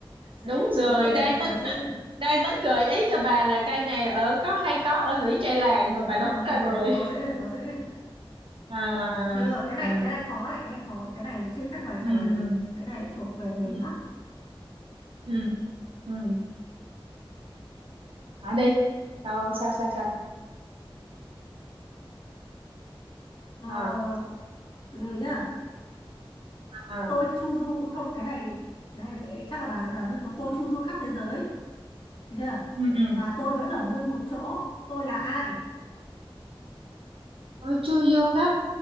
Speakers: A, on the left (about 60°); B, on the right (about 70°).
A: dễ
B: đúng rồi
A: quá dễ
B: đang
A: rồi
B: tính
A: quá dễ rồi
B: đang tính gợi ý cho bà là cây này ở có hay có ở lũy tre làng mà bà đoán
A: thôi thôi
B: ra rồi
A: có có có dễ rồi có dễ rồi
B: à,
A: Được,
B: à,
A: cái này
B: à.
A: cái
B: à.
A: này khó này, cái này khó, cái này chưa chắc là
B: ừ
A: trả lời được.
B: ừ
A: Cái này thuộc về miền
B: ừ
A: Bắc.
B: ừ ừ hả đi sao sao sao sao
A: Ờ,
B: à
A: từ từ nhá.
B: à
A: Tôi
B: à.
A: chu du không, cái này cái này dễ chắc là bà sẽ đoán được tôi Tôi chu du khắp thế giới, được chưa?
B: ừ ừ
A: Và tôi vẫn ở nguyên một chỗ. Tôi là ai?
B: ôi chu du khắp